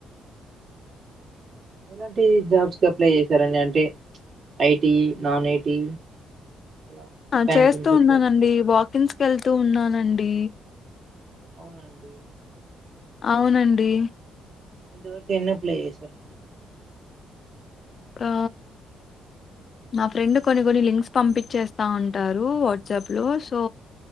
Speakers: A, on the right; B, on the left.
A: ఎలాంటి జాబ్స్కి అప్లై చేశారండి అంటే ఐటీ నాన్ ఐటి అలా
B: ఆ
A: బ్యాంకింగ్
B: చేస్తూ
A: సెక్టర్
B: ఉన్నానండి వాకింగ్స్కి వెళ్తూ ఉన్నానండి
A: అవునండి
B: అవునండి
A: ఇంతవరకు ఎన్నప్ల చేసారు
B: ఆ మా ఫ్రెండ్ కొన్ని కొన్ని లింక్స్ పంపించేస్తా ఉంటారు వాట్సాప్లో సో